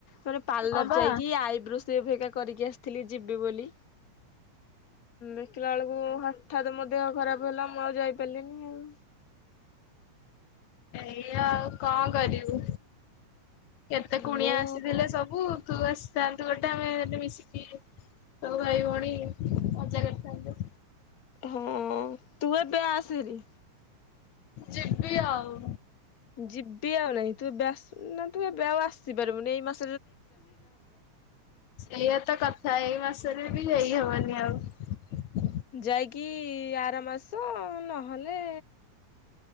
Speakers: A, on the left; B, on the left.
A: ମାନେ ପାର୍ଲର
B: ହଁ ବା।
A: ଯାଇକି ଆଇବ୍ରୋ ସେଫ୍ ହେଇକା କରିକି ଆସିଥିଲି। ଯିବି ବୋଲି ଦେଖିଲା ବେଳକୁ ହଠାତ୍ ମୋ ଦେହ ଖରାପ ହେଲା ମୁଁ ଆଉ ଯାଇପାରିଲିନି ଆଉ
B: ଏଇଆ ଆଉ କଣ କରିବୁ କେତେ କୁଣିଆ
A: ମୁଁ
B: ଆସିଥିଲେ ସବୁ ତୁ ଆସିଥାନ୍ତୁ ଗୋଟେ ଆମେ ମିଶିକି ସବୁ ଭାଇ ଭଉଣୀ ମଜା କରିଥାନ୍ତେ।
A: ହଁ ତୁ ଏବେ ଆସେ ହେରି।
B: ଯିବି ଆଉ
A: ଯିବି ଆଉ ନାଇଁ ତୁ ଏବେ ଆସ୍ ନା ତୁ ଏବେ ଆଉ ଆସିପାରିବୁନି ଏଇ ମାସ
B: ଏଇଆ ତ କଥା ଏଇ ମାସ୍ ରେ ବି ଯାଇ ହବନି ଆଉ
A: ଯାଇକି ଆର ମାସ ନହେଲେ